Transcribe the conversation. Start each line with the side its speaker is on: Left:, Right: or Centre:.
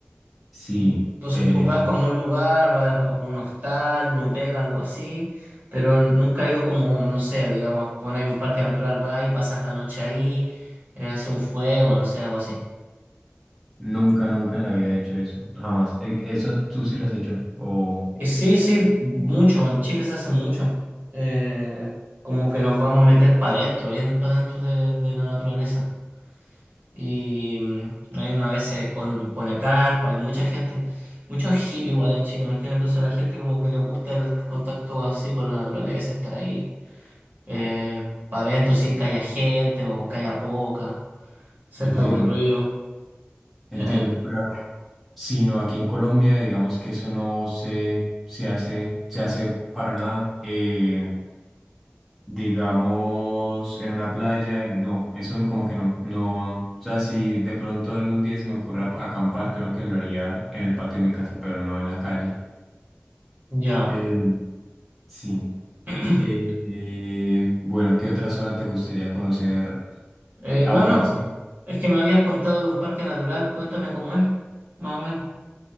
Centre: sí,
Right: tú- entonces
Centre: eh,
Right: tú vas como a un lugar, vas a un hostal, un hotel, algo así, pero nunca he ido como, no sé, digamos, poner un parque natural, vas y pasas la noche ahí, eh, hace un fuego, no sé, algo así.
Centre: nunca, nunca en la vida he hecho eso, jamás. Eh, Eso tú sí lo has hecho, o
Right: Eh, Sí, sí, mucho, en Chile se hace mucho. Eh, como que nos vamos a meter para adentro, bien para adentro de, de la naturaleza. Y mm, hay una vez se pon- pone, carpa, hay mucha gente, muchos hippies igual en Chile, ¿me entiendes? Entonces a la gente como que le gusta el contacto así con la naturaleza, estar ahí eh, para adentro sin que haya gente o que haya poca, cerca
Centre: entiendo.
Right: de un río.
Centre: Entiendo.
Right: Eh,
Centre: sino aquí en Colombia, digamos que eso no se, se hace, se hace para nada. Eh, digamos, en una playa, no, eso no- como que no, no. O sea, si de pronto algún día se me ocurre ap- acampar, creo que lo haría en el patio de mi casa, pero no en la calle.
Right: ya.
Centre: Eh, sí.
Right: <clears throat>
Centre: Eh, eh, bueno, ¿qué otra zona te gustaría conocer?
Right: Eh,
Centre: Eh, ah,
Right: no,
Centre: bueno,
Right: no,
Centre: sí.
Right: es que me habías contado de un parque natural, cuéntame cómo es, más o menos.